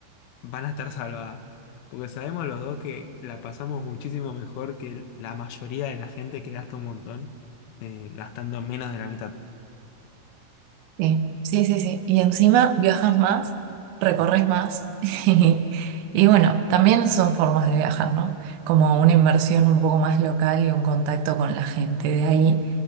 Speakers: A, on the left; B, on the right.
A: van a estar salvadas. Porque sabemos los dos que la pasamos muchísimo mejor que la mayoría de la gente que gasta un montón, eh, gastando menos de la mitad.
B: Sí, sí, sí, sí. Y encima viajas más, recorres más. <laughs> Y, bueno, también son formas de viajar, ¿no? Como una inversión un poco más local y un contacto con la gente de ahí.